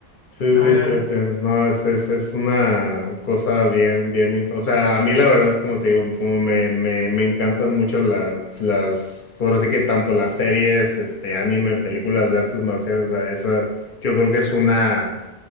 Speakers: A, on the left (about 60°); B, on the right (about 20°).
A: Sí,
B: la
A: sí,
B: voy a
A: fíjate,
B: ver.
A: no, es, es, es una cosa bien, bien, imp- o sea, a mí la verdad, como te digo, como me, me, me encantan mucho las, las, ahora sí que tanto las series, este, anime, películas de artes marciales, o sea, esa, yo creo que es una,